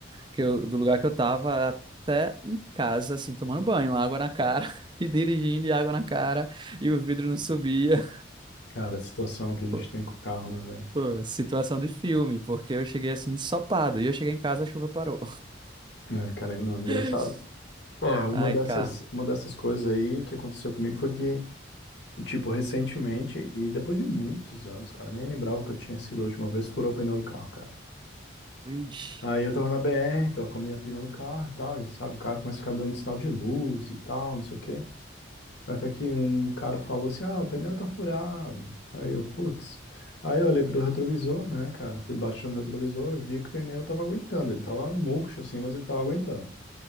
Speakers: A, on the right (about 25°); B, on the left (about 65°).
A: que eu, do lugar que eu tava até em casa, assim, tomando banho, água na cara <laughs> e dirigindo e água na cara e o vidro não subia.
B: Cara, a situação que a gente
A: Pô,
B: tem com o carro, né, velho?
A: pô, situação de filme, porque eu cheguei assim ensopado e eu cheguei em casa, a chuva parou.
B: É, cara, não, é engraçado.
A: <laughs>
B: É, uma
A: Ai,
B: dessas,
A: cara.
B: uma dessas coisas aí que aconteceu comigo foi que Tipo, recentemente, e depois de muitos anos, cara, nem lembrava que eu tinha sido a última vez, furou o pneu do carro, cara.
A: Ixi.
B: Aí eu tava na BR, tava com a minha prima no carro e tal, e sabe, o cara começa a ficar dando sinal de luz e tal, não sei o quê. Até que um cara falou assim, ah, o pneu tá furado. Aí eu, putz. Aí eu olhei pro retrovisor, né, cara, fui baixando o retrovisor e vi que o pneu tava aguentando, ele tava murcho assim, mas ele tava aguentando.